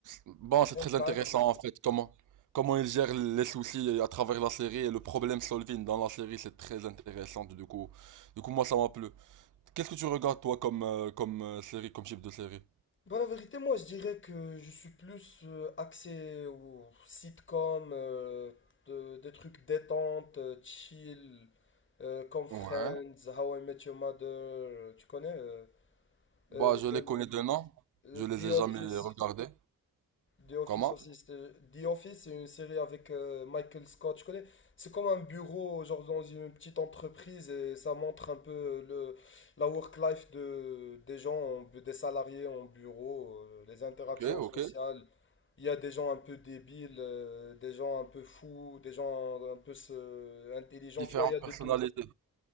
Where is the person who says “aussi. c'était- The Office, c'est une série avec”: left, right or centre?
Left